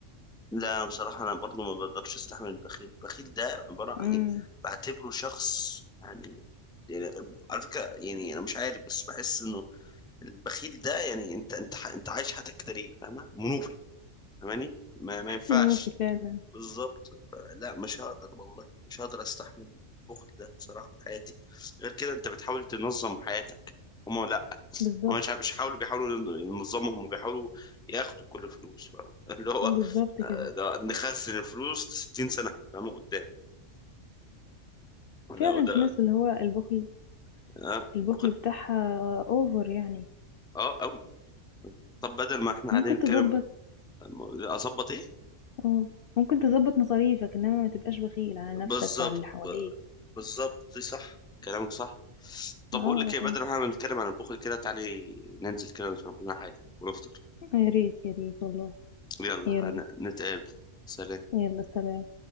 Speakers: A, in the centre; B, on the left.
A: لا أنا بصراحة انا برضو ما بقدرش استحمل البخيل البخيل ده عبارة عن
B: امم
A: يعني بعتبره شخص يعني يعني على فكرة يعني انا مش عارف بس بحس انه البخيل ده يعني انت انت ح- انت عايش حياتك كده ليه فاهمه منوفي فاهماني ما, ما ينفعش
B: منوفي فعلا
A: بالظبط لا مش هقدر والله مش هقدر استحمل البخل ده بصراحه في حياتي غير كده انت بتحاول تنظم حياتك هما لا
B: بالظبط
A: هما مش مش بيحاولوا بيحاولوا ين- ينظمهم وبيحاولوا ياخدوا كل فلوس فاهمة؟ <laughs> اللي هو
B: بالظبط
A: آه،
B: كده
A: ده نخزن الفلوس 60 سنه فاهمه قدام لا
B: فعلا
A: وده
B: في ناس اللي هو البخل
A: اه
B: البخل
A: بخل
B: بتاعها اوفر يعني
A: اه قوي طب بدل ما احنا قاعدين
B: ممكن
A: نتكلم
B: تظبط
A: آه، اظبط ايه
B: اه ممكن تظبط مصاريفك انما ما تبقاش بخيل على نفسك
A: بالظبط
B: وعلى اللي حواليك
A: بالظبط دي صح كلامك صح طب
B: اه
A: بقول لك ايه بدل
B: آه.
A: ما احنا بنتكلم عن البخل كده تعالي ننزل كده نشرب لنا حاجه ونفطر
B: يا ريت يا ريت والله
A: يلا
B: يلا
A: هن- نتقابل سلام
B: يلا سلام